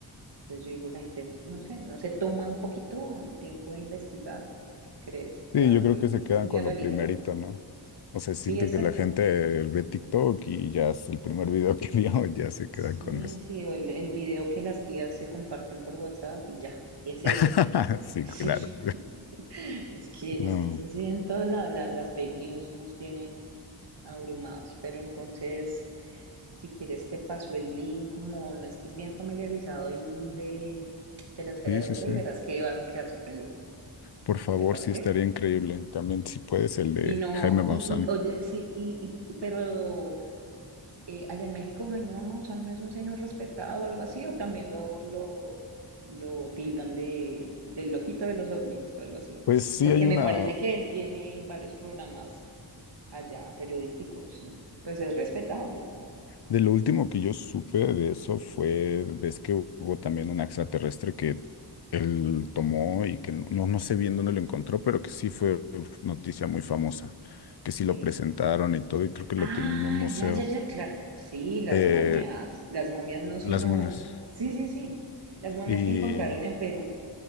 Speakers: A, on the right; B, on the left.
A: Entonces yo digo, la gente, no sé, no se toma un poquito el tiempo de investigar, ¿no? ¿Qué crees? O sea,
B: Sí, yo creo
A: que
B: que se quedan
A: es muy
B: con
A: a la
B: lo
A: ligera.
B: primerito, ¿no? O sea,
A: Sí,
B: siento
A: exacto.
B: que la gente ve TikTok y ya es el primer video que <laughs> vio, ya se
A: Sí,
B: queda con eso.
A: sí, o el, el video que las tías se comparten por WhatsApp y ya, es eso.
B: <laughs> Sí,
A: Sí,
B: claro. <laughs>
A: <laughs> es que,
B: No,
A: es que eso sí, en todas la- la- las fake news nos tienen abrumados, pero entonces, si quieres, te paso el link, como no estés bien familiarizado, el link de, de la esfera
B: sí,
A: de
B: sí,
A: Buga
B: sí.
A: y verás que vas a quedar sorprendido.
B: Por favor,
A: ¿Te parece?
B: sí estaría increíble. También, si puedes, el de
A: Y no,
B: Jaime Maussan.
A: y, y oye, sí, y, y- pero eh, allá en México Jaime Maussan no es un señor respetado o algo así, o también lo, lo, lo tildan de, del loquito de los ovnis o algo así.
B: Pues sí,
A: Porque
B: hay
A: me
B: una.
A: parece que él tiene varios programas allá periodísticos y pues es respetado, ¿no?
B: De lo último que yo supe de eso fue, ves que hubo también un extraterrestre que él tomó y que no, no sé bien dónde lo encontró, pero que sí fue uf, noticia muy famosa, que
A: Sí.
B: sí lo presentaron y todo, y creo que lo
A: Ah,
B: tienen en un museo,
A: ya, ya, ya, claro. Sí, las
B: eh,
A: momias. Las momias no, sino...
B: las momias.
A: Sí, sí, sí. Las momias
B: Y
A: que encontraron en Perú.